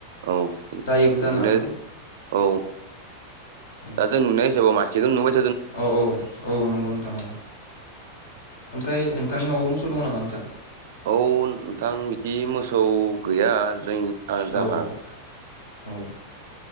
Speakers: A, on the right (about 55°); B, on the left (about 60°).
A: औ
B: जायोबो जानो
A: बिदिनो
B: हागौ
A: औ
B: औ
A: दा जों नुनाय हिसाबाव मासे <unintelligible>
B: औ औ औ नंगौ नोंथां औ। ओमफ्राय नोंथांनि न'आव मोसौ दं नामा नोंथां?
A: औ नोंथां बिदि मोसौ गैया जों आं जाहा
B: औ औ औ।